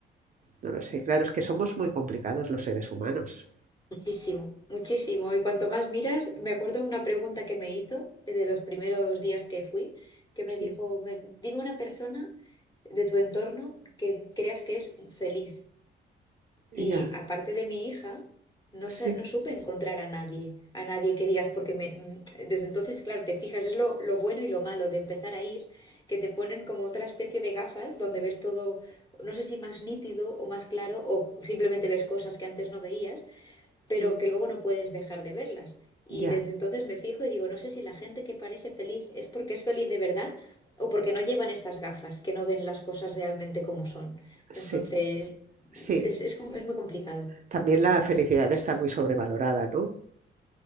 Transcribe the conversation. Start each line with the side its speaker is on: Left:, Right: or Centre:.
Right: no lo sé. Claro, es que somos muy complicados los seres humanos.
Left: Muchísimo, muchísimo. Y cuanto más miras, me acuerdo una pregunta que me hizo eh, de los primeros días que fui, que me
Right: Sí,
Left: dijo, "Me- dime una persona de tu entorno que creas que es feliz.
Right: ya,
Left: Y aparte de mi hija, no,
Right: sí,
Left: sé- no supe encontrar a nadie, a nadie que digas, porque me, mm, desde entonces, claro, te fijas, es lo, lo bueno y lo malo de empezar a ir, que te ponen como otra especie de gafas donde ves todo, no sé si más nítido o más claro, o simplemente ves cosas que antes no veías, pero
Right: mm,
Left: que luego no puedes dejar de verlas. Y
Right: ya,
Left: desde entonces me fijo y digo, no sé si la gente que parece feliz es porque es feliz de verdad o porque no llevan esas gafas, que no ven las cosas realmente como son.
Right: sí,
Left: Entonces,
Right: sí.
Left: es, es, com- es muy complicado.
Right: También la felicidad está muy sobrevalorada, ¿no?